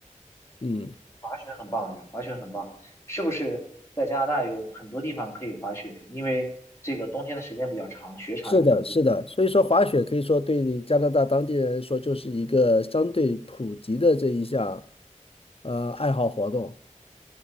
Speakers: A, on the left; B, on the left.
A: 嗯。
B: 滑雪很棒呀，滑雪很棒。是不是在加拿大有很多地方可以滑雪？因为这个冬天的时间比较长，雪场也比较多。
A: 是的，是的，所以说滑雪可以说对加拿大当地人来说就是一个相对普及的这一项呃爱好活动